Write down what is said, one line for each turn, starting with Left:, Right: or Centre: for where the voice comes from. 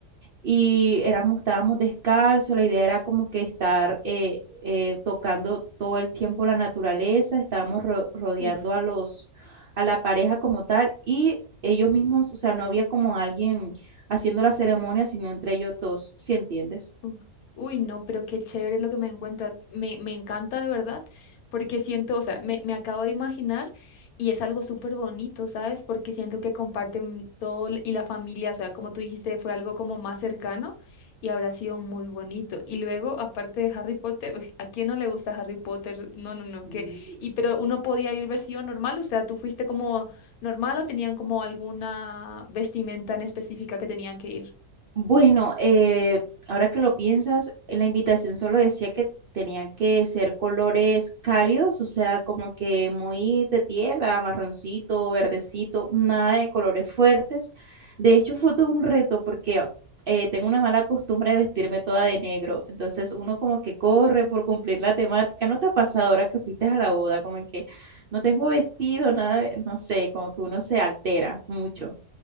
Right: y éramos, estábamos descalzos, la idea era como que estar eh, eh, tocando todo el tiempo la naturaleza, estábamos ro- rodeando
Left: Oh,
Right: a los, a la pareja como tal y ellos mismos, o sea, no había como alguien haciendo la ceremonia, sino entre ellos dos, si entiendes?
Left: Uf, Uy, no, pero qué chévere lo que me encuentras. Me, me encanta de verdad, porque siento, o sea, me, me acabo de imaginar y es algo súper bonito, ¿sabes? Porque siento que comparten todo l- y la familia, o sea, como tú dijiste, fue algo como más cercano y habrá sido muy bonito. Y luego, aparte de Harry Potter, uf, ¿a quién no le gusta Harry Potter? No, no,
Right: Sí.
Left: no, que, y pero uno podía ir vestido normal, o sea, ¿tú fuiste como normal o tenían como alguna vestimenta en específica que tenían que ir?
Right: Bueno, eh, ahora que lo piensas, en la invitación solo decía que tenían que ser colores cálidos, o sea, como que muy de tierra, marroncito, verdecito, nada de colores fuertes. De hecho, fue todo un reto porque eh, tengo una mala costumbre de vestirme toda de negro, entonces uno como que corre por cumplir la temática. ¿No te ha pasado ahora que fuiste a la boda? Como que no tengo vestido, nada, de- no sé, como que uno se altera mucho.